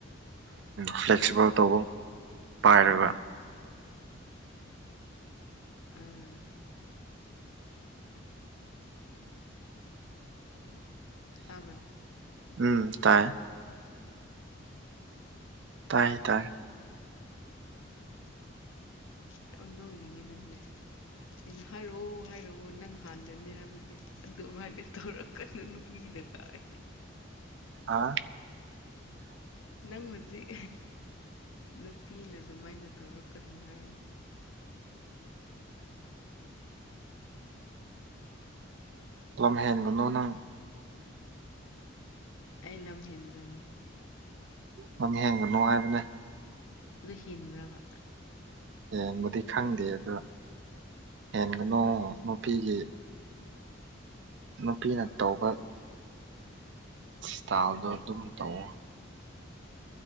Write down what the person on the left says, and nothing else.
ꯎꯝ ꯇꯥꯕ꯭ꯔꯥ
ꯌꯥꯝ ꯅꯣꯡꯅꯤꯡꯉꯦ ꯅꯪꯁꯦ ꯑꯩꯅ ꯍꯥꯏꯔꯛꯑꯣ ꯍꯥꯏꯔꯛꯑꯣ ꯅꯪ ꯍꯥꯟꯅꯅꯦ ꯍꯥꯏꯕꯒꯤ ꯑꯗꯨꯃꯥꯏꯅ ꯇꯧꯔꯛꯀꯅꯨ ꯅꯨꯄꯤꯅ ꯀꯥꯏ
ꯅꯪ ꯍꯧꯖꯤꯛ ꯅꯨꯄꯤꯅ ꯑꯗꯨꯃꯥꯏꯅ ꯇꯧꯔꯛꯀꯅꯨ ꯍꯥꯏꯅ
ꯑꯩ ꯂꯝ ꯍꯦꯟꯕ꯭ꯔꯅꯦ
ꯑꯗꯨ ꯍꯦꯟꯕꯔ꯭ꯕ